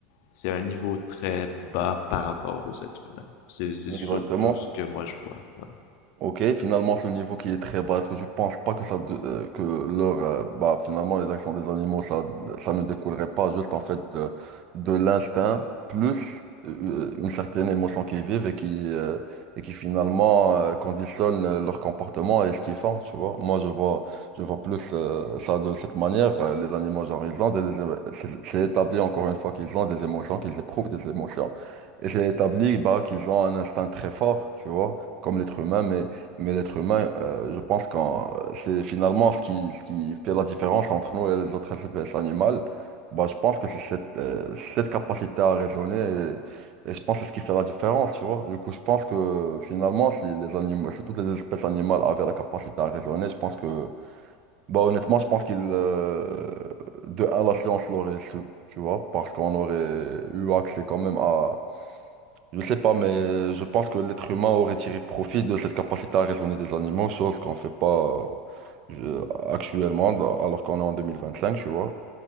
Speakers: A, on the left; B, on the right.
A: c'est un niveau très bas par rapport aux êtres humains. C'est c'est surtout
B: Exactement.
A: ce que moi je vois. Ouais.
B: Ok, finalement, ce niveau qui est très bas, est-ce que je pense pas que ça, de- euh, que leur, euh, bah, finalement, les actions des animaux, ça, ça ne découlerait pas juste, en fait, euh, de l'instinct, plus euh, une certaine émotion qu'ils vivent et qui, euh, et qui finalement, euh, conditionne euh, leur comportement et ce qu'ils font, tu vois. Moi, je vois, je vois plus, euh, ça de cette manière. Euh, Les animaux, genre, ils ont des, des émo- c'est c'est établi, encore une fois, qu'ils ont des émotions, qu'ils éprouvent des émotions. Et c'est établi, bah, qu'ils ont un instinct très fort, tu vois, comme l'être humain, mais mais l'être humain, euh, je pense que c'est finalement ce qui, ce qui fait la différence entre nous et les autres espèces animales. Bah, je pense que c'est cette, euh, cette capacité à raisonner et, et je pense que c'est ce qui fait la différence, tu vois. Du coup, je pense que finalement, si les animaux, si toutes les espèces animales avaient la capacité à raisonner, je pense que, bah, honnêtement, je pense qu'ils, euh, de un, la science l'aurait su, tu vois, parce qu'on aurait eu accès quand même à je sais pas, mais je pense que l'être humain aurait tiré profit de cette capacité à raisonner des animaux, chose qu'on fait pas euh, je- actuellement, dans- alors qu'on est en 2025, tu vois.